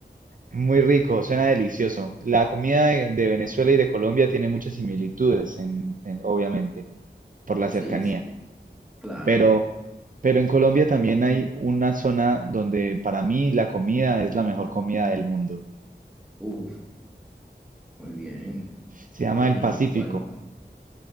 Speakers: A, on the right; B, in the centre.
A: Muy rico, suena delicioso. La comida de, de Venezuela y de Colombia tiene muchas similitudes, en, en- obviamente, por la cercanía.
B: Sí, sí, claro.
A: Pero, pero en Colombia también hay una zona donde para mí la comida es la mejor comida del mundo.
B: Uf, muy bien.
A: Se llama
B: Eh,
A: el Pacífico.
B: ¿cuál?